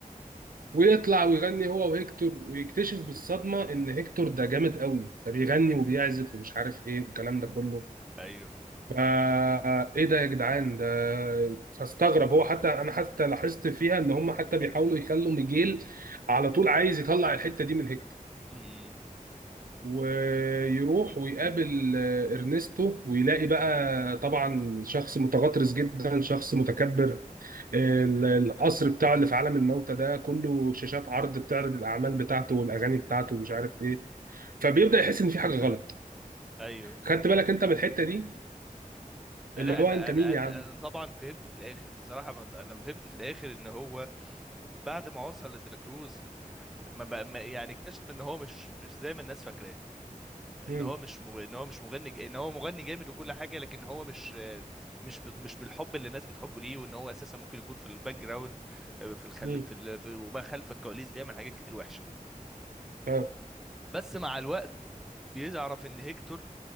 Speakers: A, on the right (about 80°); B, in the centre.
A: ويطلع ويغني هو وهيكتور ويكتشف بالصدمة إن هيكتور ده جامد قوي فبيغني وبيعزف ومش عارف إيه الكلام ده
B: م-
A: كله
B: م- ايوه
A: فا ايه ده يا جدعان ده فاستغرب هو حتى انا حتى لاحظت فيها ان هم حتى بيحاولوا يخلوا ميجيل على طول عايز يطلع الحتة دي من هيكتور
B: م- م.
A: ويروح ويقابل آه، ارنستو ويلاقي بقى طبعا شخص متغطرس جدا شخص متكبر آه، ال- القصر بتاعه اللي في عالم الموتى ده كله شاشات عرض بتعرض الاعمال بتاعته والاغاني بتاعته ومش عارف ايه فبيبدأ يحس ان في حاجة
B: <laughs>
A: غلط
B: ايوه
A: خدت بالك انت من الحتة دي
B: لا
A: اللي
B: انا
A: هو انت
B: انا
A: مين يا
B: انا
A: عم
B: أنا طبعا فهمت في الاخر الصراحه ما- انا فهمت في الاخر ان هو بعد ما وصل لدراكروز ما بقى ما يعني اكتشف ان هو مش مش زي ما الناس فاكراه ان
A: مين
B: هو مش مغ... ان هو مش مغني ج- ان هو مغني جامد وكل حاجه لكن هو مش مش ب... مش بالحب اللي الناس بتحبه ليه وان هو اساسا ممكن يكون في الباك جراوند آه، في الخل
A: مين
B: في, ال... في وما خلف الكواليس بيعمل حاجات كتير وحشه
A: اه
B: بس مع الوقت بيعرف ان هيكتور